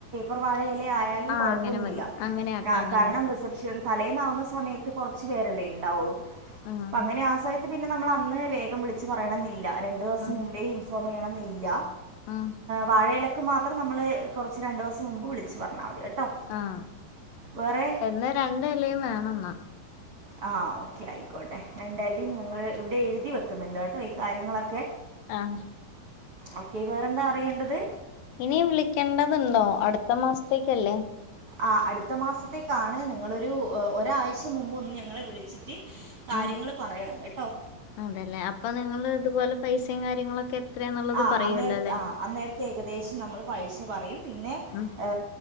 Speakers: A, on the right; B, on the left.
A: ഒരു വാഴ ലയായാലും
B: ആഹ്
A: കൊഴപ്പൊന്നല്ലെ
B: അങ്ങനെ മതി അങ്ങനെ ആക്കാം
A: കാ
B: അങ്ങനെ
A: കാരണം
B: ആക്കാം
A: റിസപ്ഷ തലേന്നാവുന്ന സമയത്ത് കുറച്ചു പേരല്ലേ ഉണ്ടാവുള്ളൂ
B: ആഹ്
A: അപ്പൊ അങ്ങനെ ആ സാ പിന്നെ നമ്മള് അന്ന് വേഗം വിളിച്ച് പറയണമെന്നില്ല രണ്ട് ദിവസം
B: ആഹ്
A: മുമ്പേ ഇൻ ഫോം ചെയ്യണ ന്നില്ല
B: ആഹ്
A: വാഴയിലക്ക് മാത്ര പ്പം നമ്മള് കുറച്ച് രണ്ട് ദിവസം മുമ്പ് വിളിച്ച് പറഞ്ഞാൽ മതി കേട്ടോ
B: ആഹ്
A: വേറെ
B: എന്നാ രണ്ടല്ലയും വേണം ന്ന
A: ആഹ് ക്കെ ആയിക്കോട്ടെ ഇലും ഞങ്ങള് ഇവിടെ എഴുതി വെക്കുന്നുണ്ട് കേട്ടോ ഈ കാര്യങ്ങളൊക്കെ
B: ആഹ്
A: ക്കെ വേറെന്താ അറിയേണ്ടത്
B: ഇനി വിളിക്കേണ്ടതുണ്ടോ അടുത്ത മാസത്തേക്കല്ലേ
A: ആ അടുത്ത മാസത്തേക്കാണ് നിങ്ങളൊരു ഒരാഴ്ച റച്ച് മുമ്പ് ഒന്ന് ഞങ്ങളെ വിളിച്ചിട്ട് കാര്യങ്ങൾ
B: ഉം
A: പറയണം കേട്ടോ
B: അതല്ലേ അപ്പൊ നിങ്ങൾ ഇതുപോലെ പൈസയും കാര്യങ്ങളൊക്കെ എത്രയാന്നുള്ളത്
A: ആ്
B: പറയുവല്ലോ
A: അന്നേരത്തെ
B: അല്ലേ
A: ആ് അന്നേരത്തെ ഏകദേശം നമ്മള് പൈസ. പറയും പിന്നെ
B: ഉം
A: ഏ